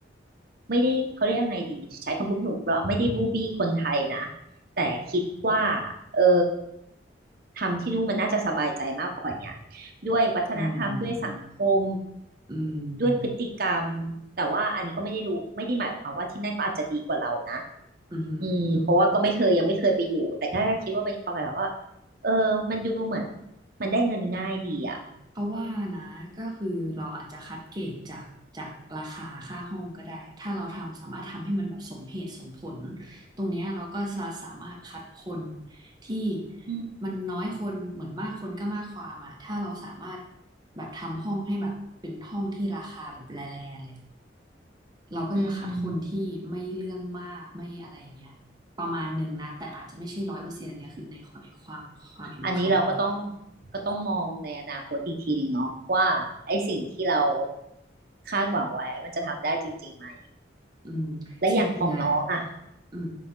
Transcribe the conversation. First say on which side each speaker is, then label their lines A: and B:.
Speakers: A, on the right; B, on the right.
A: ไม่ได้เขาเรียกยังไงดีใช้คำพูดถูกเราไม่ได้บูบี้คนไทยนะแต่คิดว่าเออทำที่นู่นมันน่าจะสบายใจมากกว่าเนี่ยด้วยวัฒนธรรมด้วยสังคม
B: อืมอืม
A: ด้วยพฤติกรรมแต่ว่าอันนี้ก็ไม่ได้รู้ไม่ได้หมายความว่าที่นั่นเขาอาจจะดีกว่าเรานะ
B: อือฮึ
A: อืมเพราะว่าก็ไม่เคยยังไม่เคยไปอยู่แต่ก็คิดว่าเป็นความหมายแบบว่าเออมันดูเหมือนมันได้เงินง่ายดีอ่ะ
B: เพราะว่านะก็คือเราอาจจะคัดเกรดจากจากราคาค่าห้องก็ได้ถ้าเราทำสามารถทำให้มันแบบสมเหตุสมผลตรงเนี้ยเราก็จะสามารถคัดคนที่
A: อืม
B: มันน้อยคนเหมือนมากคนก็มากความอ่ะถ้าเราสามารถแบบทำห้องให้แบบเป็นห้องที่ราคาแบบแร่ๆเลยอะ เราก็จะคัดคนที่ไม่เรื่องมากไม่อะไรอย่างเงี้ยประมาณหนึ่งนะแต่อาจจะไม่ใช่ร้อยเปอร์เซ็นต์อันเนี้ยคือในความความความเห็นของเขานะ
A: อืม อันนี้เราก็ต้องก็ต้องมองในอนาคตอีกทีหนึ่งเนาะว่าไอ้สิ่งที่เราคาดหวังไว้มันจะทำได้จริงๆไหม
B: อืมสิ่งหนึ่งอะ
A: และอย่างของน้องอะ
B: อืม